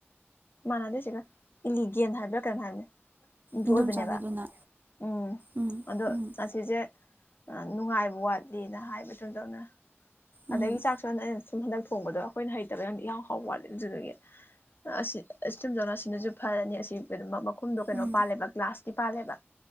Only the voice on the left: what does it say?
ꯃꯥꯟꯅꯗꯦ ꯁꯤꯒ ꯏꯂꯤꯒꯦꯜ ꯍꯥꯏꯕ꯭ꯔꯥ ꯀꯩꯅꯣ ꯍꯥꯏꯕꯅꯦ ꯑꯗꯨ
ꯑꯣꯏꯕꯅꯦꯕ ꯎꯝ
ꯑꯗꯣ
ꯑꯁꯤꯁꯦ ꯅꯨꯡꯉꯥꯏꯕ ꯋꯥꯠꯂꯤꯅ ꯍꯥꯏꯕ ꯗꯨꯗꯧꯅ
ꯑꯗꯩ ꯆꯥꯛꯁꯨ ꯁꯨꯝ ꯍꯟꯗꯛ ꯊꯣꯡꯕꯗ ꯑꯩꯈꯣꯏꯅ ꯍꯩꯇꯕꯔ ꯈꯪꯗꯦ ꯏꯍꯥꯎ ꯍꯥꯎ ꯋꯥꯠꯂꯦ ꯑꯗꯨꯗꯒꯤ ꯑꯁꯤ ꯏꯁꯇꯨꯝꯖꯧꯅꯥ ꯑꯁꯤꯅꯁꯨ ꯐꯔꯅꯤ ꯑꯁꯤ ꯀꯝꯃꯛ ꯃꯈꯨꯝꯗꯣ ꯀꯩꯅꯣ
ꯄꯥꯜꯂꯦꯕ ꯒ꯭ꯂꯥꯁꯀꯤ ꯄꯥꯜꯂꯦꯕ